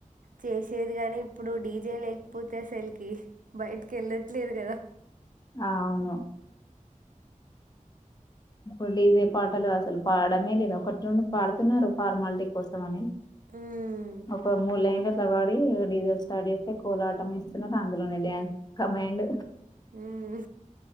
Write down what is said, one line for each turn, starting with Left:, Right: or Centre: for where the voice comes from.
Right: చేసేది గని ఇప్పుడు డీజే లేకపోతే అసల్ కి బయటకెళ్ల లేదు కద
Left: ఆ అవును ఇప్పుడు డీజే పాటలు అసలు పాడడమే లేదు ఒకటి రెండు పాడుతున్నారు ఫార్మాలిటీ కోసం అనీ
Right: మ్మ్.
Left: ఒక మూడ్లైన్లు అట్ల పాడి డీజె స్టార్డ్ చేస్తే కోలాటం చేస్తున్నారు అందులోనే డ్యాన్స్ కమైండ్
Right: మ్మ్.